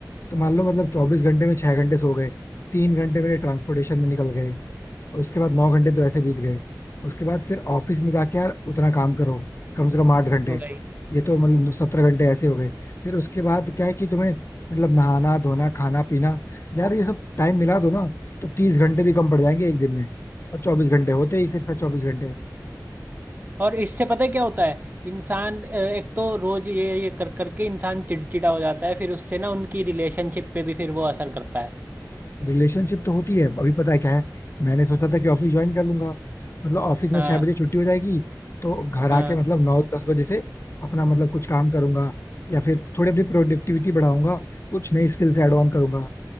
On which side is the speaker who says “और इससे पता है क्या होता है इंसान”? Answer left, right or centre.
Right